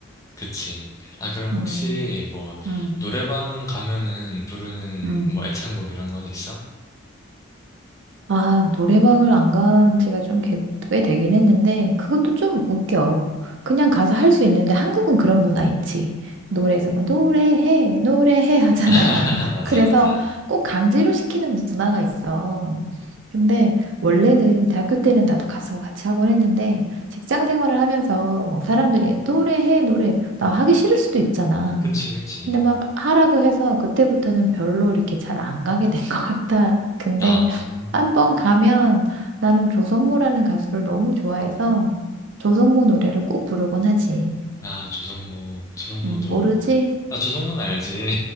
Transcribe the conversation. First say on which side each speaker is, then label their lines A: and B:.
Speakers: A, on the left; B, on the right.
A: 그치. 아 그럼 혹시
B: 음,
A: 뭐
B: 음,
A: 노래방 가면은 부르는
B: 음.
A: 뭐 애창곡 이런 건 있어?
B: 아, 노래방을 안 간 지가 좀 개- 꽤 되긴 했는데 그것도 좀 웃겨. 그냥 가서 할 수 있는데 한국은 그런 문화 있지. 노래에서 막 노래해, 노래해 하잖아.
A: <laughs> 맞아
B: <laughs> 그래서
A: 맞아.
B: 꼭 강제로 시키는 문화가 있어. 근데 원래는 대학교 때는 나도 가서 같이 하곤 했는데 직장 생활을 하면서 뭐 사람들이 노래해, 노래 나 하기 싫을 수도 있잖아.
A: 그치 그치.
B: 근데 막 하라고 해서 그때부터는 별로 이렇게 잘 안 가게 된 것 같아. 근데
A: 아.
B: 한 번 가면 나는 조성모라는 가수를 너무 좋아해서 조성모 노래를 꼭 부르곤 하지.
A: 아, 조성모, 조성모도,
B: 음, 모르지?
A: 아, 조성모는 알지.